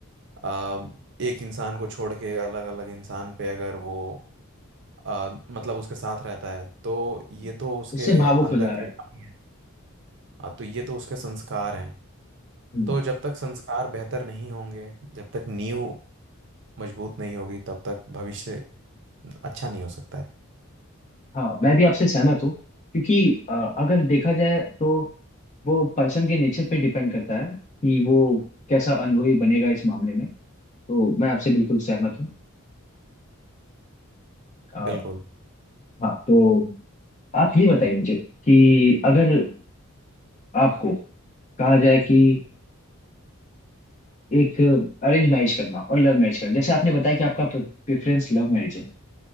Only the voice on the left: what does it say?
हम्म,
उससे भावुक
हो जा रहा
है
हम्म
हाँ मैं भी आपसे सहमत हूँ क्योंकि अ, अगर देखा जाए तो वो पर्सन के नेचर पे डिपेंड करता है कि वो कैसा अनुभवी बनेगा इस मामले में तो मैं आपसे बिल्कुल सहमत हूँ अ,
हाँ तो आप ये बताइए मुझे कि अगर आपको कहा जाए कि एक अरेंज मैरिज करना और लव मैरिज करना जैसे आपने बताया कि आपका प्रेफरेंस लव मैरिज है